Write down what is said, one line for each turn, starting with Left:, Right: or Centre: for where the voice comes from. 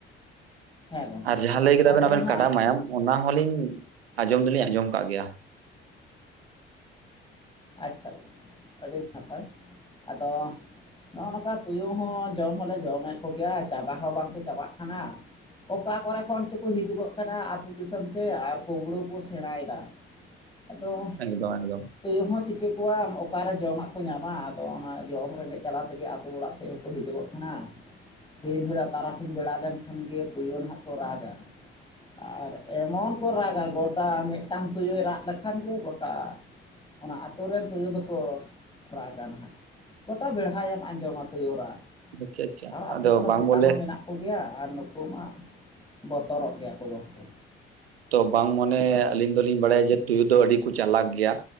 Left: ᱦᱮᱸ ᱜᱚᱝᱠᱮ
Right: ᱟᱨ ᱡᱟᱦᱟᱸ ᱞᱟᱹᱭ ᱠᱮᱫᱟ
Left: ᱟᱫᱚ
Right: ᱵᱮᱱ ᱟᱵᱮᱱ
Left: ᱱᱟᱦᱟᱜ
Right: ᱠᱟᱰᱟ ᱢᱟᱭᱟᱢ ᱚᱱᱟ ᱦᱚᱞᱤᱧ ᱟᱸᱡᱚᱢ ᱫᱚᱞᱤᱧ ᱟᱸᱡᱚᱢ ᱠᱟᱜ ᱜᱮᱭᱟ᱾
Left: ᱟᱪᱪᱷᱟ ᱟᱹᱰᱤ ᱱᱟᱯᱟᱭ ᱟᱫᱚ ᱱᱚᱜᱼᱚ ᱱᱚᱝᱠᱟ ᱛᱩᱭᱩ ᱦᱚᱸ ᱡᱚᱢ ᱦᱚᱞᱮ ᱡᱚᱢᱮᱫ ᱠᱚᱜᱮᱭᱟ ᱪᱟᱵᱟ ᱦᱚᱸ ᱵᱟᱝᱠᱚ ᱪᱟᱵᱟᱜ ᱠᱟᱱᱟ᱾ ᱚᱠᱟ ᱠᱚᱨᱮ ᱠᱷᱚᱱ ᱪᱚᱠᱚ ᱦᱤᱡᱩᱜᱚᱜ ᱠᱟᱱᱟ ᱟᱹᱛᱩ ᱫᱤᱥᱚᱢ ᱛᱮ ᱟᱨ ᱠᱩᱸᱵᱽᱲᱩ ᱠᱚ ᱥᱮᱬᱟᱭ ᱮᱫᱟ᱾ ᱟᱫᱚ
Right: ᱮᱠᱫᱚᱢ ᱮᱠᱫᱚᱢ᱾
Left: ᱛᱩᱭᱩ ᱦᱚᱸ ᱪᱤᱠᱟᱹ ᱠᱚᱣᱟᱢ ᱚᱠᱟᱨᱮ ᱡᱚᱢᱟᱜ ᱠᱚ ᱧᱟᱢᱟ ᱟᱫᱚ ᱚᱱᱟ ᱡᱚᱢ ᱨᱮᱸᱜᱮ ᱡᱟᱞᱟ ᱛᱮᱜᱮ ᱟᱛᱳ ᱚᱲᱟᱜ ᱦᱚᱸᱠᱚ ᱦᱤᱡᱩᱜᱚᱜ ᱠᱟᱱᱟ᱾ ᱫᱤᱱ ᱦᱤᱞᱳᱜ ᱛᱟᱨᱟᱥᱤᱧ ᱵᱮᱲᱟ ᱞᱮᱱᱠᱷᱟᱱ ᱜᱮ ᱛᱩᱭᱩ ᱱᱟᱦᱜ ᱠᱚ ᱨᱟᱜ ᱟ᱾ ᱟᱨ ᱮᱢᱚᱱ ᱠᱚ ᱨᱟᱜᱟ ᱜᱚᱴᱟ ᱢᱤᱫᱴᱟᱝ ᱛᱩᱭᱩ ᱨᱟᱜ ᱞᱮᱠᱷᱟᱱ ᱜᱮ ᱜᱚᱴᱟ ᱚᱱᱟ ᱟᱹᱛᱳ ᱨᱮᱱ ᱛᱳᱭᱳ ᱫᱚᱠᱚ ᱨᱟᱜᱟ ᱱᱦᱟᱸᱜ᱾ ᱜᱚᱴᱟ ᱵᱮᱲᱦᱟᱭ ᱮᱢ ᱟᱸᱡᱚᱢᱟ ᱛᱳᱭᱳ ᱨᱟᱜ
Right: ᱟᱪᱪᱷᱟ ᱟᱪᱪᱷᱟ
Left: ᱟᱨ ᱟᱛᱳ
Right: ᱟᱫᱚ
Left: ᱠᱚᱨᱮ
Right: ᱵᱟᱝ
Left: ᱥᱮᱛᱟ
Right: ᱵᱚᱞᱮ
Left: ᱦᱚᱸ ᱢᱮᱱᱟᱜ ᱠᱚᱜᱮᱭᱟ ᱟᱨ ᱱᱩᱠᱩ ᱢᱟ ᱵᱚᱛᱚᱨᱚᱜ ᱜᱮᱭᱟ ᱠᱚ ᱡᱟᱹᱥᱛᱤ᱾
Right: ᱛᱚ ᱵᱟᱝ ᱢᱚᱱᱮ ᱟᱹᱞᱤᱧ ᱫᱚᱞᱤᱧ ᱵᱟᱲᱟᱭᱟ ᱡᱮ ᱛᱩᱭᱩ ᱫᱚ ᱟᱹᱰᱤ ᱠᱚ ᱪᱟᱞᱟᱠ ᱜᱮᱭᱟ᱾